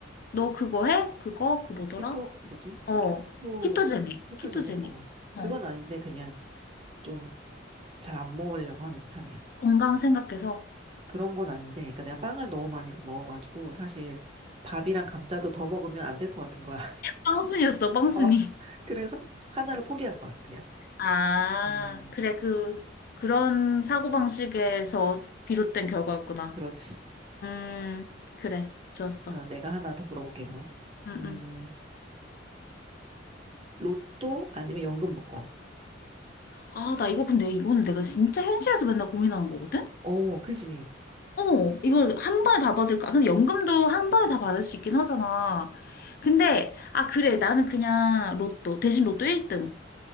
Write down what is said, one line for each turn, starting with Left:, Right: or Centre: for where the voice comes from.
Left: 너 그거 해? 그거? 그 뭐더라?
Right: 케토, 뭐지?
Left: 어,
Right: 토,
Left: 키토제닉,
Right: 케토제닉?
Left: 키토제닉.
Right: 어.
Left: 어,
Right: 그건 아닌데, 그냥 좀 잘 안 먹으려고 하는 편이야.
Left: 건강 생각해서.
Right: 그런 건 아닌데, 그러니까 내가 빵을 너무 많이 먹어가지고, 사실 밥이랑 감자도 더 먹으면 안 될 것 같은 거야. <laughs>
Left: 빵순이었어, 빵순이.
Right: 어. 그래서 하나를 포기한 거야, 그냥.
Left: 아,
Right: 음,
Left: 그래, 그, 그런 사고방식에서 비롯된 결과였구나.
Right: 그렇지.
Left: 음, 그래, 좋았어.
Right: 아, 내가 하나 더 물어볼게, 그럼.
Left: 응,
Right: 음,
Left: 응.
Right: 로또 아니면 연금 복권.
Left: 아, 나 이거 근데 이거는 내가 진짜 현실에서 맨날 고민하는 거거든?
Right: 오, 그지.
Left: 어, 이걸 한 번에 다 받을까? 근데 연금도 한 번에 다 받을 수 있긴 하잖아. 근데, 아, 그래, 나는 그냥 로또, 대신 로또 1등.